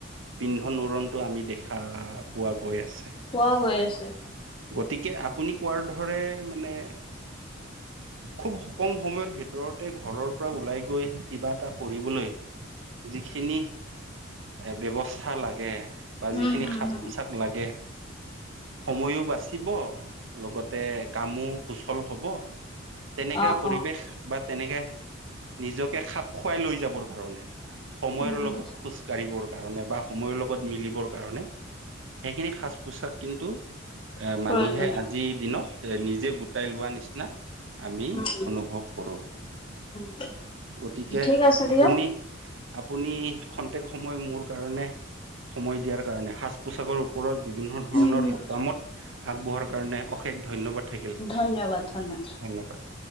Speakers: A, on the right; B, on the left.
A: পিন্ধ উৰনটো আমি দেখা পোৱা গৈ আছে
B: পোৱা গৈ আছে
A: গতিকে আপুনি কোৱাৰ ধৰে মানে খুব কম সময়ৰ ভিতৰতে ঘৰৰ পৰা ওলাই গৈ কিবা এটা কৰিবলৈ যিখিনি এ ব্যৱস্থা লাগে বা
B: উম,
A: যিখিনি
B: হুম,
A: সাজ
B: হুম।
A: পোচাক লাগে সময়ো বাচিব লগতে কামো সুচল হব তেনেকা
B: অ',
A: পৰিৱেশ
B: অ',
A: বা তেনেকে নিজকে খাপ খুৱাই লৈ যাবৰ কাৰণে সময়ৰ
B: উম,
A: লগত খোজ কাঢ়িবৰ কাৰণে বা সময়ৰ লগত মিলিবৰ কাৰণে সেইখিনি সাজ পোছাক কিন্তু এ
B: প্ৰয়োজনীয়।
A: মানুহে আজিৰ দিনত এ', নিজেই গোটাই লোৱা নিচিনা আমি
B: উম।
A: অনুভৱ কৰোঁ।
B: উম,
A: গতিকে
B: ঠিক আছে দিয়ক।
A: আপুনি, আপুনি খন্তেক সময় মোৰ কাৰণে সময় দিয়াৰ কাৰণে সাজ-পোছাকৰ ওপৰত বিভিন্ন ধৰণৰ
B: উম, হুম।
A: কামত আগবঢ়োৱাৰ কাৰণে অশেষ ধন্যবাদ থাকিল।
B: ধন্যবাদ, ধন্যবাদ।
A: ধন্যবাদ।